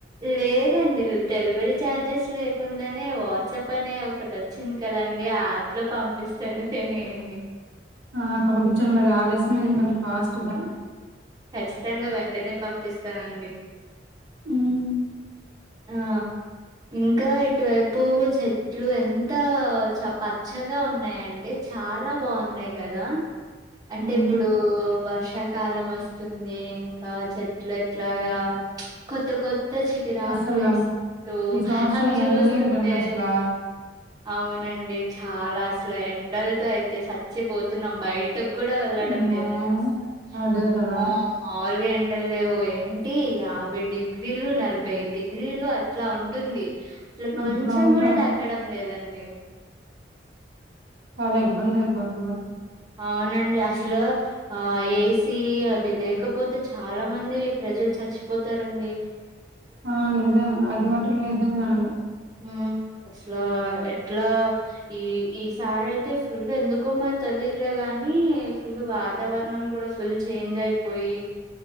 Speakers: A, on the right (about 20°); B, on the right (about 85°).
A: లేదండి డెలివరీ ఛార్జెస్ లేకుండానే వాట్సాప్ అనే ఒకటి వచ్చింది కదా కదండి ఆ యాప్ లో పంపిస్తాను తినయండి
B: ఆ పంపించండి మరి ఆలస్యంయం ఎందుకంటే ఫాస్టుగా
A: ఖచ్చితంగా వెంటనే పంపిస్తానండి
B: హ్మ్మ్
A: ఆ ఇంకా ఇటువైపు చెట్లు ఎంత చ పచ్చగా ఉన్నాయంటే చాలా బాగున్నాయి కదా అంటే
B: ఉమ్
A: ఇప్పుడు వర్షకాలం వస్తుంది ఇంక చెట్లు ఎట్లాగా కొత్త కొ త చిగురాకులు
B: అసలు
A: వేసుకుంటూ
B: ఈ సంవత్సరం
A: అవి చూస్తుంటే
B: ఎండలు ఏంటండి అసలా
A: అవునండి చాలా అసలు ఎండలతో అయితే సచ్చిపోతున్నాం బయట కూడా వెళ్ళడం
B: ఉమ్
A: లేదండి అసలు
B: అదే కదా
A: ఆమ్మో మాములు ఎండలు లేవు ఎంటి యాభై డిగ్రీలు నలభై డిగ్రీలు అట్లా ఉంటుంది అసలు కొంచెం
B: అట్లా ఉంటారు
A: కూడా తగ్గడం లేదండి లె
B: చాలా ఇబ్బంది అయిపోతుందా
A: అవునండి అసలు ఆ ఏసీ అవి లేకపోతే చాలా మంది ప్రజలు చ సచ్చిపోతారండి
B: అవునండి అది మటుకు నిజంగా అండి
A: ఆ అసలు ఎట్లా ఈ ఈ సారి అయితే ఫుల్ ఎందుకో మా తెలీలేగాని కానీ ఫుల్ వాతావరణం కూడా ఫుల్ చేంజ్ అయిపోయి